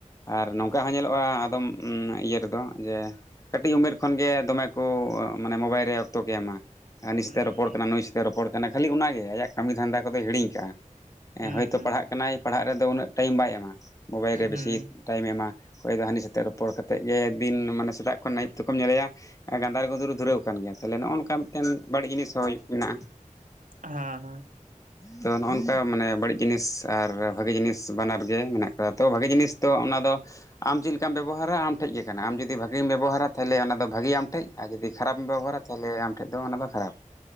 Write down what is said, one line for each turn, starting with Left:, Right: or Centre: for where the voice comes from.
Left: ᱟᱨ
Right: ᱦᱩᱸ
Left: ᱱᱚᱝᱠᱟ ᱦᱚᱸ ᱧᱮᱞᱚᱜ-ᱟ ᱟᱫᱚᱢ ᱤᱭᱟᱹ ᱨᱮᱫᱚ ᱡᱮ ᱠᱟᱹᱴᱤᱡ ᱩᱢᱮᱨ ᱠᱷᱚᱱ ᱜᱮ ᱫᱚᱢᱮ ᱠᱚ ᱢᱟᱱᱮ ᱢᱳᱵᱟᱭᱤᱞ ᱨᱮ ᱚᱠᱛᱚ ᱮᱢᱟ ᱦᱟᱱᱤ ᱥᱟᱛᱮᱜ
Right: ᱦᱩᱸ
Left: ᱮ ᱨᱚᱯᱚᱲ ᱠᱟᱱᱟ ᱱᱩᱭ ᱥᱟᱛᱮᱜ ᱮ ᱨᱚᱯᱚᱲ ᱠᱟᱱᱟ ᱾ᱠᱷᱟᱹᱞᱤ ᱚᱱᱟ ᱜᱮ ᱟᱭᱟᱜ ᱠᱟᱹᱢᱤ ᱫᱷᱟᱱᱫᱟ ᱠᱚᱫᱚᱭ
Right: ᱦᱩᱸ
Left: ᱦᱤᱲᱤᱧ ᱠᱟᱜ-ᱟ᱾ ᱦᱮᱸ
Right: ᱦᱩᱸ
Left: ᱦᱳᱭᱛᱚ
Right: ᱦᱩᱸ
Left: ᱯᱟᱲᱦᱟᱜ ᱠᱟᱱᱟᱭ ᱯᱟᱲᱦᱟᱜ ᱨᱮᱫᱚ ᱩᱱᱟᱹᱜ ᱴᱟᱭᱤᱢ ᱵᱟᱭ ᱮᱢᱟ, ᱢᱳᱵᱟᱭᱤᱞ
Right: ᱦᱩᱸ
Left: ᱨᱮ ᱵᱮᱥᱤ ᱴᱟᱭᱤᱢ ᱮᱢᱟ ᱚᱠᱚᱭ ᱫᱚ ᱦᱟᱹᱱᱤ ᱥᱟᱣᱛᱮ ᱨᱚᱯᱚᱲ ᱠᱟᱛᱮᱫ ᱜᱮ ᱫᱤᱱ ᱢᱟᱱᱮ ᱥᱮᱛᱟᱜ ᱠᱷᱚᱱ ᱟᱹᱭᱩᱵ ᱛᱮᱠᱚᱢ ᱧᱮᱞᱮᱭᱟ ᱜᱟᱸᱫᱟᱨ ᱜᱩᱸᱫᱩᱨ ᱫᱷᱩᱨᱟᱹᱣ ᱠᱟᱱ ᱜᱮᱭᱟ᱾ ᱛᱟᱦᱚᱞᱮ ᱱᱚᱜ-ᱚ ᱱᱚᱝᱠᱟ ᱢᱤᱫᱴᱮᱱ ᱵᱟᱹᱲᱤᱡ ᱡᱤᱱᱤᱥ ᱦᱚᱸ ᱢᱮᱱᱟᱜ-ᱟ᱾
Right: ᱦᱮᱸ
Left: ᱛᱚ ᱱᱚᱜ ᱱᱚᱝᱠᱟ ᱢᱟᱱᱮ ᱵᱟᱹᱲᱤᱡ ᱡᱤᱱᱤᱥ ᱟᱨ ᱵᱷᱟᱜᱮ ᱡᱤᱱᱤᱥ ᱵᱟᱱᱟᱨᱜ ᱜᱮ ᱢᱮᱱᱟᱜ ᱟᱠᱟᱫ ᱛᱚ ᱵᱷᱟᱹᱜᱤ ᱡᱤᱱᱤᱥ ᱛᱚ ᱚᱱᱟ ᱫᱚ ᱟᱢ ᱪᱮᱫ ᱞᱮᱠᱟᱢ ᱵᱮᱵᱚᱦᱟᱨᱟ ᱟᱢ ᱴᱷᱮᱡ ᱜᱮ ᱠᱟᱱᱟ᱾ ᱟᱢ ᱡᱩᱫᱤ ᱵᱷᱟᱹ ᱤᱢ ᱵᱮᱵᱚᱦᱟᱨᱟ ᱛᱟᱦᱚᱞᱮ ᱚᱱᱟ ᱫᱚ ᱵᱷᱟᱹᱜᱤ ᱟᱢ ᱴᱷᱮᱡ ᱟᱨ ᱡᱩᱫᱤ ᱠᱷᱟᱨᱟᱯ ᱮᱢ ᱵᱮᱵᱚᱦᱟᱨᱟ ᱛᱟᱦᱚᱞᱮ ᱟᱢ ᱴᱷᱮᱡ ᱫᱚ ᱚᱱᱟ ᱫᱚ ᱠᱷᱟᱨᱟᱯ